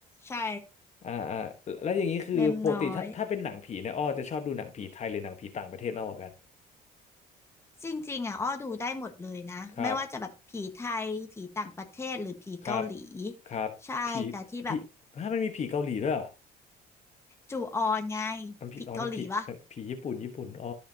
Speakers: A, on the left (about 15°); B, on the left (about 40°).
A: ใช่
B: อ่าอ่าแล้วอย่างนี้คือปกติถ้าถ้าเป็นหนังผีเนี่ยอ้อจะชอบดูหนังผีไทยหรือหนังผีต่างประเทศมากกว่ากัน
A: เมมน้อย จริงๆอ่ะอ้อดูได้หมดเลยนะไม่ว่าจะแบบผีไทยผีต่างประเทศหรือผีเกาหลี
B: ครับครับครับผีผีถ้ามันมีผีเกาหลีด้วยเหรอ
A: ใช่แต่ที่แบบจูออนไง
B: อันผีอ๋อนั่นผีเอ่อผีญี่ปุ่นญี่ปุ่นอ้อ
A: ผีเกาหลีปะ